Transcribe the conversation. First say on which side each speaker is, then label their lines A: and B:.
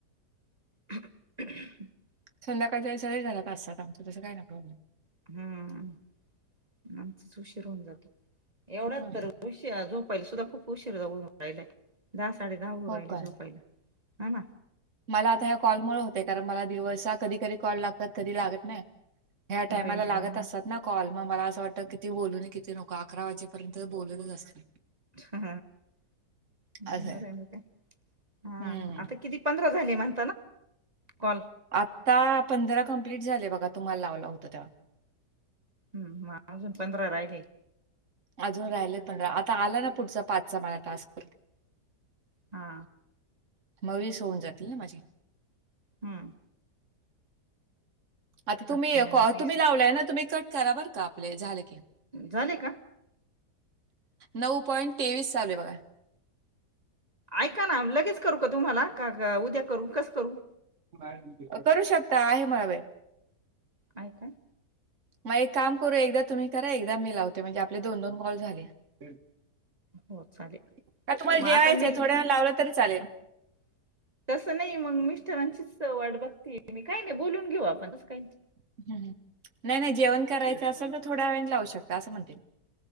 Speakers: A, on the right; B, on the right.
A: <unintelligible>
B: संध्याकाळीच्याळीगळे घरात असतात आमं तसं काय नाही प्रॉब्लेम
A: हम्म आमचच उशीर होऊन जातो एवढाच
B: हा हा.
A: तर उशी झो पाहिला सुद्धा खूप उशीर होतयला दहा साडे दहा उर
B: हो
A: राहिली
B: काय?
A: झोपायला हा ना
B: मला आता ह्या कॉलमुळे होते कारण मला दिवसा कधी कधी कॉल लागतात कधी लागत नाही ह टामाला
A: रेंज
B: लागत
A: मुळं
B: असतात ना कॉल मग मला असं वाटतं किती बोलू कि ते नको अकरा वाजेपर्यंत बोललेच असतील
A: ह बर
B: असं आहे.
A: हा
B: हम्म.
A: आता किती पंध म्हण क
B: आता पंधरा कंप्लीट झाले बघा तुम्हाला लावलं होत तेव्हा
A: हम्म अजून पंधरा राहिले
B: अजून राहिलेत आता आला ना पुढचा <unintelligible>
A: हा
B: मवीस होऊन जातील ना माझी
A: हम्म
B: आता
A: पाच
B: तुम्ही
A: केल्यानंतर वीस
B: तुम्ही लावलाय ना तुम्ही कट करा बर का आपले झालं की
A: झाले का
B: नऊ पॉइंट तेवीस चावले बघा
A: ऐका ना लगेच करू का तुम्हाला का उद्या करू कस करू
B: बघा. करू शकता आहे मणा वळ
A: आय का
B: मग एक काम करू एकदा तुम्ही करा एकदा मी लावते म्हणजे आपले दोन दोन कॉल झाले <inaudible>
A: हो चालेल
B: काक मला
A: मग
B: जेवायचंय
A: आता मी
B: थोडं लावलं तरी चालेल
A: <inaudible> तसं नाही मग मिस्टरांचीच वाट बघते मी काही नाही बोलून घेऊ आपण तं काही <inaudible>
B: <inaudible> ह नाही नाही जेवण करायचं असेल तर थोडं व लावू शकता असं म्हणते